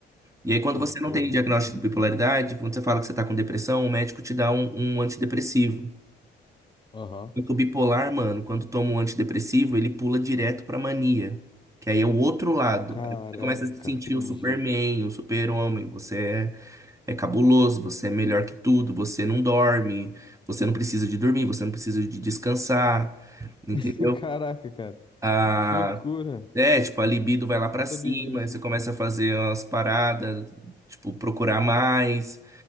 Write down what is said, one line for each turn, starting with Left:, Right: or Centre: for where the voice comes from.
Right: E aí, quando
Left: Pode
Right: você
Left: crer.
Right: não tem diagnóstico de bipolaridade, quando você fala que você tá com depressão, o médico te dá um, um antidepressivo.
Left: Aham.
Right: Só o bipolar, mano, quando toma um antidepressivo, ele pula direto pra mania, que aí é o outro lado.
Left: Caraca,
Right: Aí você começa a se sentir
Left: entendi.
Right: o Superman, o super-homem. Você é, é cabuloso, você é melhor que tudo, você não dorme, você não precisa de dormir, você não precisa de descansar, entendeu?
Left: <laughs> Caraca, cara.
Right: A-
Left: Que loucura.
Right: é, tipo, a libido vai lá pra
Left: Não sabia
Right: cima,
Left: disso.
Right: aí você começa a fazer umas paradas, tipo, procurar mais.